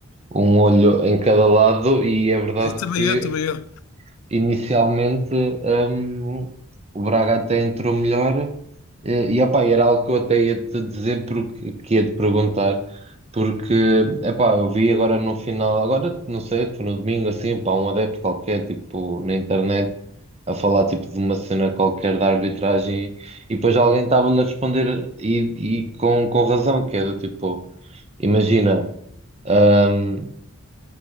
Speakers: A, on the right; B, on the left.
A: um olho em cada lado e é verdade
B: Também
A: que
B: eu, também eu.
A: inicialmente hum, o Braga até entrou melhor eh, e epá, era algo que eu até ia te dizer porque que ia te perguntar porque epá, eu vi agora no final agora não sei foi no domingo assim epá, um adepto qualquer tipo na internet a falar tipo de uma cena qualquer da arbitragem e depois alguém estava-lhe a responder e, e com, com razão que é do tipo imagina hum,